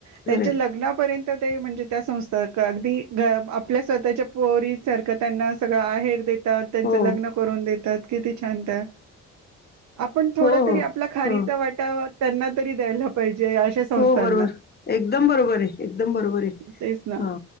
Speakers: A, on the left; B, on the right.
A: खरंय
B: त्यांच्या लग्नापर्यंत ते म्हणजे त्या संस्था अगदी आपल्या स्वतःच्या पोरी सारखं त्यांना सगळं आहेर देता त, त्यांच
A: हो.
B: लग्न करून देतात. किती छान ते आपण थोड
A: हो हो
B: तरी आपला खारीचा
A: हो
B: वाटा त्यांना तरी द्यायला पाहिजे. अशा संस्थांना
A: हो बरोबर एकदम बरोबर आहे. एकदम बरोबर आहे
B: तेच ना
A: ह